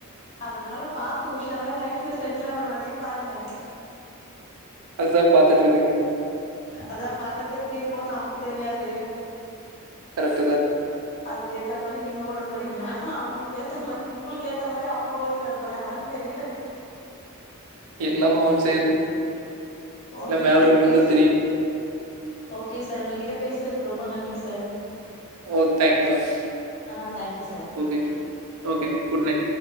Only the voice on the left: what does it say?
அதனால பாத்து உஷாரா லைஃப்ல செட்டில் ஆவுற வழியே பாருங்க
அதா வர்றது எப்டி இருக்குனு நமக்கு தெரியாது
அதுக்கு ஏத்த மாரி நீங்க ஓட போறீங்களா அவங்களுக்கு ஏத்த மாரி உங்களுக்கு ஏத்த ஏத்த மாரி அவங்க ஓடி வர போறாங்களான்னு தெரில
ஓகே
சார்
பேசு
ஓகே சார் உங்க கிட்ட பேசுறதுக்கு ரொம்ப நன்றி சார்
ஆ thank you sir